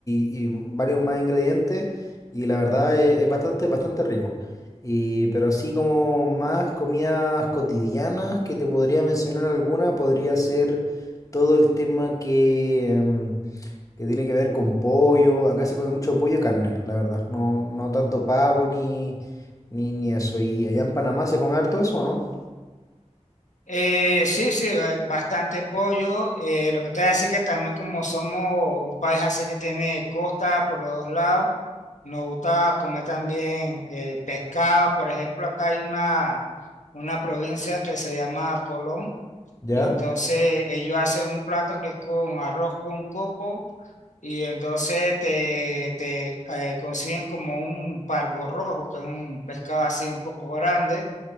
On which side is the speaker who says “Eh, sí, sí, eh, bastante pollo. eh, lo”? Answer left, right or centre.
Left